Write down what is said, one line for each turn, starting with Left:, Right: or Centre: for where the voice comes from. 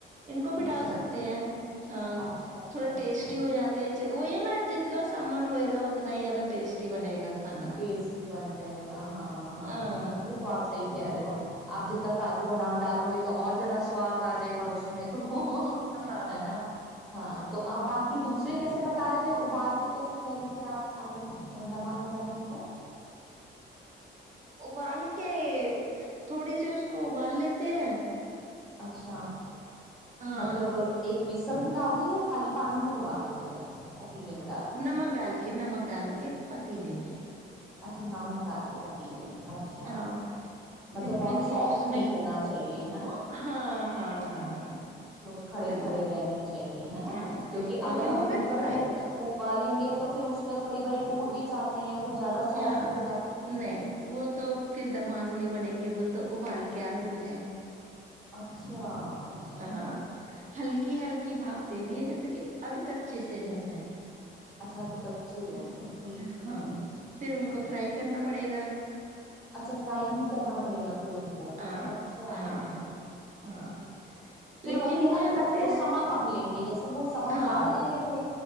Right: ان کو بھی
Centre: اچھا
Right: ڈال سکتے
Centre: اچھا
Right: ہیں ہاں
Centre: اچھا اچھا
Right: تھوڑا
Centre: اچھا
Right: ٹیسٹی ہو جاتے ہیں وہ ہے نا جتنا سامان ہوئے گا اتنا ہی زیادہ ٹیسٹی بنے گا کھانا
Centre: ٹیسٹی بن جائے گا ہاں ہاں
Right: ا
Centre: ہاں یہ تو آپ سحی کہہ رہے ہو <inaudible> آپ جب تک کاجو بادام ڈالو گے تو اور زیادہ سواد آ جائے گا اس میں تو
Right: ہاں
Centre: ہے نا ہاں تو آپ باقی دوسرے کیسے بتا رہے تھے ابال کے کیسے کہہ رہے تھے آپ آلو دم آلو بنانے ا
Right: ابال کے تھوڑی سی اس کو ابال لیتے ہیں
Centre: اچھا
Right: ہاں
Centre: مطلب ایک وسل دلاؤ گے یا خالی پانی میں ابالو گے بس پتیلے میں ڈال کے
Right: نمک ڈال کے نمک ڈال کے پتیلے میں
Centre: اچھا نمک ڈال کے پتیلے میں اچھا
Right: ہاں
Centre: مطلب
Right: جس
Centre: بہت
Right: میں کہ
Centre: سافٹ
Right: اس میں
Centre: نہیں ہونا چاہیے ہے نا
Right: ہاں ہاں ہاں ہاں
Centre: تھوڑے کھڑے
Right: صحیح
Centre: کھڑے رہنے چاہیے ہے نا
Right: ہاں
Centre: کیونکہ اگر
Right: وہ
Centre: ہم
Right: ہمیں
Centre: کوکر
Right: فرائی
Centre: میں ابالیں گے تو پھر اس میں تو کئی باری ٹوٹ بھی چاہتے ہیں وہ زیادہ سافٹ
Right: ہاں
Centre: ہو جاتے ہیں
Right: نہیں وہ تو پھر دمعلو نہیں بنیں گے وہ تو ابال کے آلو ہ
Centre: اچھا اچ
Right: ہاں ہلکی ہلکی بھاپ دینی ہے جیسے کہ اب کچے سے رہ جائے
Centre: اچھا تو کچے رہ
Right: ہمم
Centre: جائیں ٹھیک
Right: ہمم
Centre: ٹھیک
Right: ہاں
Centre: ٹھیک ٹھیک
Right: پھر ان کو
Centre: اچھا
Right: فرائی کرنا پڑے گا
Centre: اچھا فرائی بھی کرنا پڑے گا پھر ان کو
Right: ہاں
Centre: اچھا ہمم
Right: ہاں ہاں ہاں
Centre: ٹھیک پھر
Right: لیکن
Centre: وہی ہے نا
Right: زیادہ
Centre: کہ مطلب
Right: ٹیسٹ
Centre: وہ سماں کم لیں گے جیسے وہ سماں
Right: ہاں
Centre: زیادہ لے رہے تھے